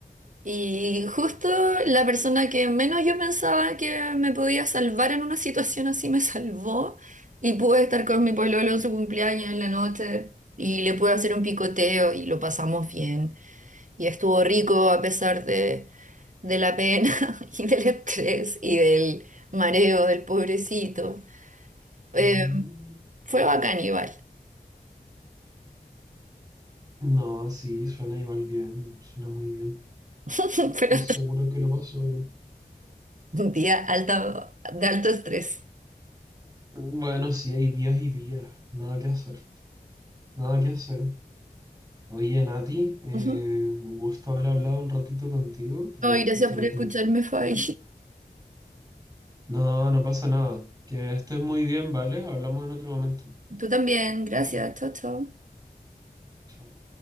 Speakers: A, on the right; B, on the right.
A: y justo la persona que menos yo pensaba que me podía salvar en una situación así me salvó y pude estar con mi pololo en su cumpleaños en la noche y le pude hacer un picoteo y lo pasamos bien y estuvo rico a pesar de, de la pena <laughs> y del estrés y del mareo del pobrecito. Eh,
B: Mm.
A: fue bacán igual,
B: No, sí, suena igual bien, suena muy bien.
A: <laughs> pero
B: Estoy seguro que lo pasó bien.
A: Un día alta, de alto estrés.
B: Bueno, sí, hay días y días. Nada que hacer. Nada que hacer. Oye, Nati, eh,
A: Ujú.
B: un gusto haber hablado un ratito contigo, pero
A: Ay, gracias
B: te
A: por
B: voy a
A: escucharme,
B: tener...
A: Fabi.
B: No, no pasa nada. Que estés muy bien, ¿vale? Hablamos en otro momento.
A: Tú también, gracias. Chao, chao.
B: Chao.